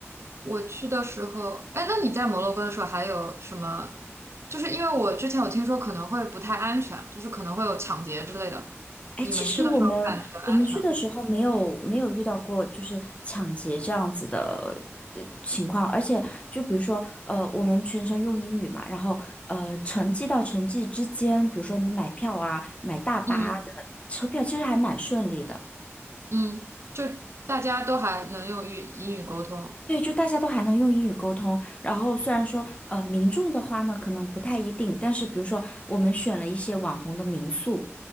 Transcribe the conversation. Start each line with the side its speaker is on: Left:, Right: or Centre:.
Right: 我去的时候，哎，那你在摩洛哥的时候还有什么？就是因为我之前有听说可能会不太安全，就是可能会有抢劫之类的。
Left: 哎，
Right: 你们去的时候感觉安全吗？
Left: 其实我们我们去的时候没有没有遇到过就是抢劫这样子的呃情况，而且就比如说呃，我们全程用英语嘛，然后呃，城际到城际之间，比如说你买票啊，买大巴啊的车票，
Right: 嗯
Left: 其实还蛮顺利的。
Right: 嗯，就大家都还能用语英语沟通。
Left: 对，就大家都还能用英语沟通，然后虽然说，呃，民众的话呢，可能不太一定，但是比如说我们选了一些网红的民宿，